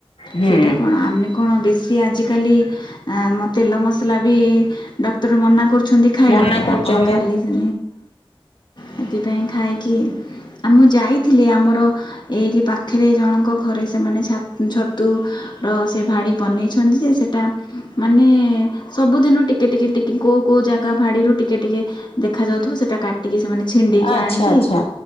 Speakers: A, on the left; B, on the left.
A: ହୁଁ।
B: ସେଟା କଣ ଆମେ। କଣ ବେଶୀ ଆଜିକାଲି ଆଁ ମୋ ତେଲ ମସଲା ବି ଡକ୍ଟର ମନା କ ରିଛନ୍ତି ଖାଇବା
A: ମନା
B: ପାଇଁ
A: କରୁଛନ୍ତି
B: ଆପଣ ଖାଲି ହଁ ସେଥିପାଇଁ ଖାଇକି। ଆ ମୁଁ ଯାଇଥିଲି ଆମର ଏଇଠି ପାଖରେ ଜଣଙ୍କ ଘରେ ସେମାନେ ଛା ଛତୁର ସେ ଭାଡ଼ି ବନେଇଛନ୍ତି ଯେ ସେଇଟା ମାନେ ସବୁଦିନ ଟିକେ ଟିକେ କୋଉ କୋଉ ଜାଗା ଭାଡିରୁ ଟିକେ ଟିକେ ଦେଖାଯ ଯାଉଥିବ ସେଇଟା କାଟି ଟିକେ ସେମାନେ ଛିଣ୍ଡେଇକି
A: ଆଚ୍ଛା
B: ଆଣିକି
A: ଆଚ୍ଛା